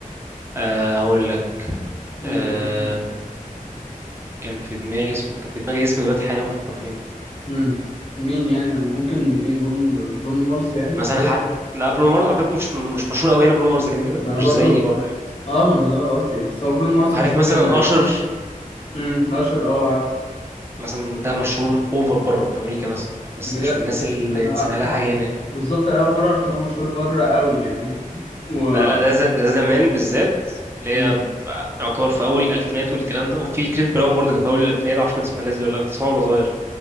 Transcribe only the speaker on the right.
أه هقول لك
أه كان في دماغي اسمه كان في دماغي اسم دلوقتي حالا بفكر فيه
مثلا
حد لا برونو مارس على فكره مش مش مشهور قوي هنا برونو مارس كده كده
مش
زي بره يعني
عارف
مثلا
اشر
مثلا ده مشهور اوفر بره في امريكا مثلا بس
مش من الناس اللي
تسمع لها حاجه هنا يعني
لا لا ده ز- ده زمان بالذات اللي
هي ف- يعتبر في اول الالفينات والكلام ده وفي كريس براون برضه كان في اول الالفينات عشان كنت تسمع الناس دي ولا لأ، كنت اسمعه وانا صغير